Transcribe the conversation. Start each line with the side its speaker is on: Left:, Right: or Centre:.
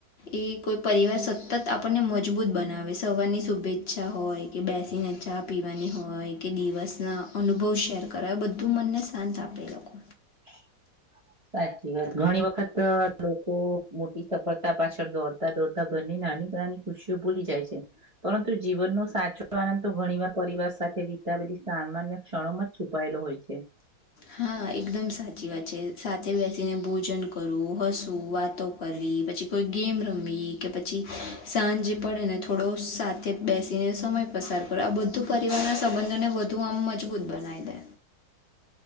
Left: એ કોઈ પરિવાર સ સતત આપણને મજબૂત બનાવે સવારની શુભેચ્છા હોય, કે બેસીને ચા પીવાની હોય હોય, કે દિવસના અનુભવ શેર કરાય બધું મનને શાંત આપે લોકો
Right: <inaudible> સાચી વાત ઘણી, વખત લોકો મોટી સફળતા પાછળ દોડતા દોડતા ઘણી ના ની ખુશી ભૂલી જાય છે, પરંતુ જીવનનો સાચો આનંદ તો ઘણી વાર પરિવાર સાથે બધી સામાન્ય ક્ષણોમાં જ છુપાયેલો હોય છે.
Left: હા, એકદમ સાચી વાત છે, સાથે બેસીને ભોજન કરવું હસવ વાતો કરવી પછી કોઈ, ગેમ રમ કે પછી સાંજે પડેને થોડો સાથે બેસીને સમ પસાર કરો આ બધું પરિવારના સંબંધોને વધુ, આમ મજબૂત બનાવી દે
Right: <inaudible>